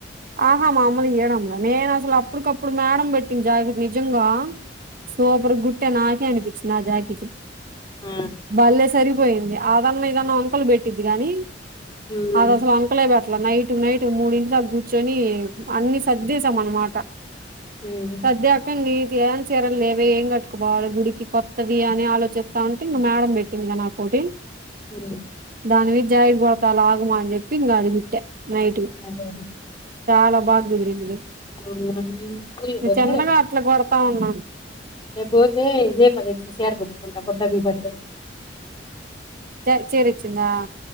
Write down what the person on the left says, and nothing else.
ఆ
ఉమ్ ఉమ్
మ్
మ్
అదేది
ఉమ్, నేను ఊరికి
పోతే
రేప్ పోతే రేపే అద్ చ్ చీర కొట్టుకుంటా బుడ్డ బి బర్త్డేది